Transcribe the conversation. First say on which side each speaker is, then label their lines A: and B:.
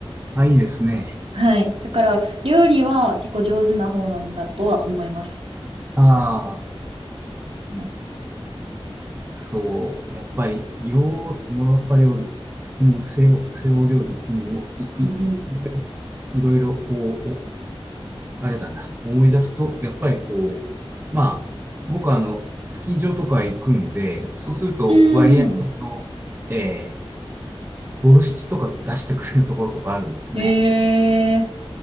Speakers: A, on the right; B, on the right.
A: あ、いいですね。
B: はい。だから、料理は結構上手な方なんだとは思います。
A: ああ、
B: ね
A: そう。やっぱりヨー、ヨーロッパ料理、うん、西欧、西欧料理、うん、い、い、
B: うん
A: い、いろいろこう、お、あれだな。思い出すと、やっぱりこう、まあ、僕はあの、スキー場とか行くんで、そうすると割合あの、
B: うん。うー
A: ええボルシチとか出してくれるところとかあるんですね。
B: ん。へえ。